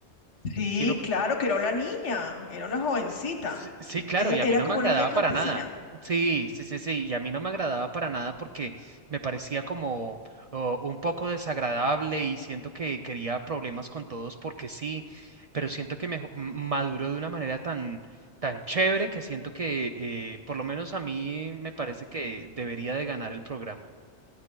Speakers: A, on the left; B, on the right.
A: Sí,
B: ¿Sí lo,
A: claro que era una niña, era una jovencita.
B: Sí, sí, claro,
A: Esa-
B: y a
A: era
B: mí no
A: como
B: me agradaba
A: una niña campesina.
B: para nada. Sí, sí, sí, sí, y a mí no me agradaba para nada porque me parecía como oh, un poco desagradable y siento que quería problemas con todos porque sí, pero siento que me ju- m- maduró de una manera tan, tan chévere que siento que eh, por lo menos a mí me parece que debería de ganar el programa.